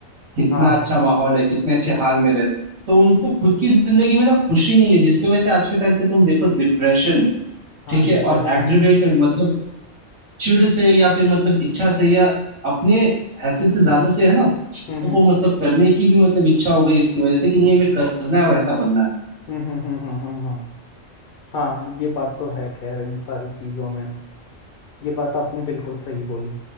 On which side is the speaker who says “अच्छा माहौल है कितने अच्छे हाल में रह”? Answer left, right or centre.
Right